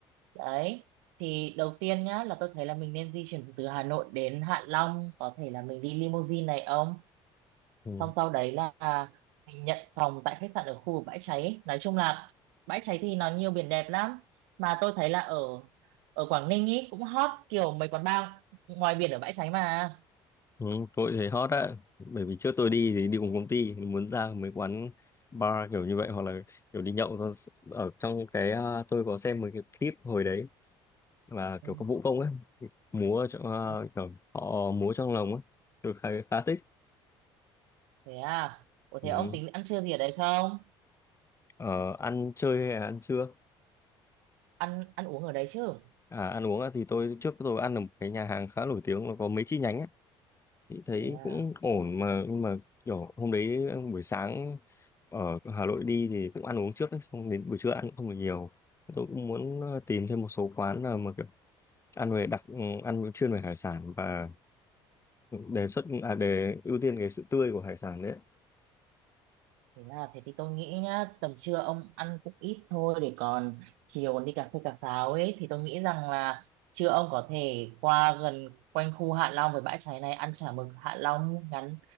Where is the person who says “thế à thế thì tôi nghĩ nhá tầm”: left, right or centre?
Right